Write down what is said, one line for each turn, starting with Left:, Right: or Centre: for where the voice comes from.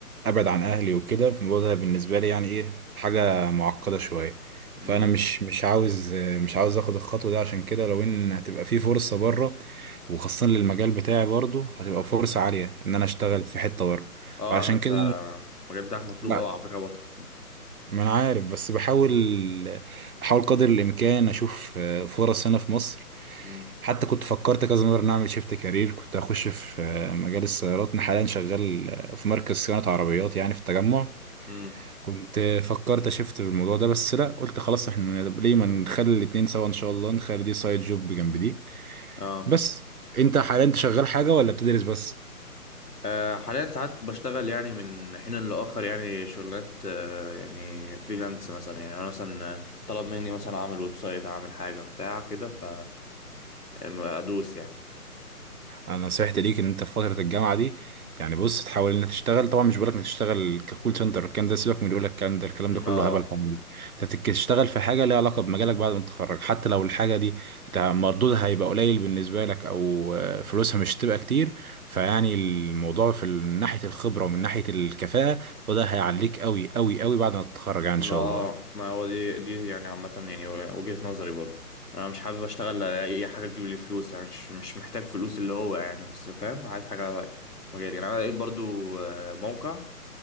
Right: ابعد عن اهلي وكده في الموضوع ده بالنسبه لي يعني ايه حاجه معقده شويه
Left: امم
Right: فانا مش مش عاوز مش عاوز اخد الخطوه دي عشان كده لو ان هتبقى في فرصه بره وخاصه للمجال بتاعي برضو هتبقى فرصه عاليه ان انا اشتغل في حته بره
Left: اه
Right: فعشان
Left: ان انت
Right: كده
Left: المجال بتاعك مطلوب
Right: انا
Left: قوي على فكره يا بطل
Right: ما انا عارف بس بحاول بحاول قدر الامكان اشوف آه، فرص هنا في مصر
Left: امم
Right: حتى كنت فكرت كذا مره ان اعمل شيفت كارير كنت اخش في آه، مجال السيارات انا حاليا شغال آه، في مركز صيانه عربيات يعني في التجمع
Left: امم
Right: كنت آه، فكرت اشفت بالموضوع ده بس لا قلت خلاص احنا ليه ما نخلي الاتنين سوا ان شاء الله نخلي دي سايد جوب جنب دي
Left: اه
Right: بس انت حاليا انت شغال حاجه ولا بتدرس بس
Left: آه، حاليا ساعات بشتغل يعني من حين لآخر يعني شغلانات آه، يعني فريلانس مثلا يعني انا مثلا آه، طلب مني مثلا اعمل ويب سايت اعمل حاجه بتاع كده ف أم- ادوس يعني
Right: انا نصيحتي ليك ان انت في فتره الجامعه دي يعني بص تحاول انك تشتغل طبعا مش بقولك انك تشتغل ككول سنتر الكلام ده سيبك من اللي يقول لك الكلام ده الكلام
Left: مم.
Right: ده كله
Left: اه
Right: هبل فاضي انت تك- تشتغل في حاجه ليها علاقه بمجالك بعد ما تتخرج حتى لو الحاجه دي هت- مردودها هيبقى قليل بالنسبه لك او آه، فلوسها مش هتبقى كتير فيعني الموضوع في ال- من ناحيه الخبره ومن ناحيه الكفاءه وده هيعليك قوي قوي قوي بعد ما تتخرج يعني
Left: ما
Right: ان شاء
Left: اه
Right: الله
Left: ما هو دي دي يعني عامة يعني وجهة نظري برضو انا مش حابب اشتغل على اي حاجة تجيب لي فلوس يعني مش مش محتاج فلوس اللي هو يعني بس فاهم عايز حاجة في مجالي يعني انا لقيت برضو آه، موقع